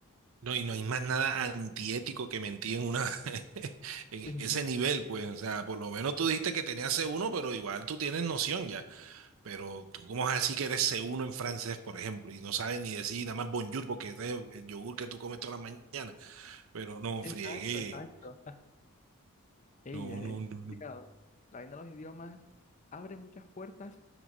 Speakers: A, on the right (about 70°); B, on the left (about 35°).
A: No, y no hay más nada antiético que mentir en una <laughs> en
B: <laughs>
A: ese nivel, pues, o sea, por lo menos tú dijiste que tenías c uno, pero igual tú tienes noción ya, pero tú cómo vas a decir que eres c uno en francés, por ejemplo, y no sabes ni decir nada más bonjour porque ese es el yogur que tú comes toda la mañana, pero no,
B: Sí,
A: friegué,
B: exacto, exacto. Ey,
A: no,
B: es,
A: no,
B: es
A: no, no,
B: complicado. La vaina de los idiomas abre muchas puertas